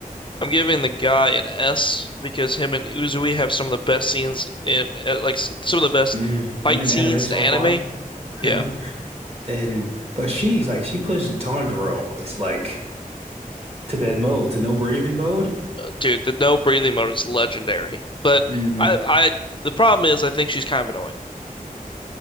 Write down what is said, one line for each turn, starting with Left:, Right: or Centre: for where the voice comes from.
Left: I'm giving the guy an S because him and Uzui have some of the best scenes in uh, like s- some of the best
Right: Mm, you're
Left: fight
Right: in
Left: scenes
Right: anime so
Left: in anime.
Right: far,
Left: Yeah,
Right: yeah. And but she's like she pushed Tanjiro. It's like to that mode, to no breathing mode.
Left: dude, the no breathing mode is legendary. But
Right: hmm
Left: I I the problem is I think she's kind of annoying.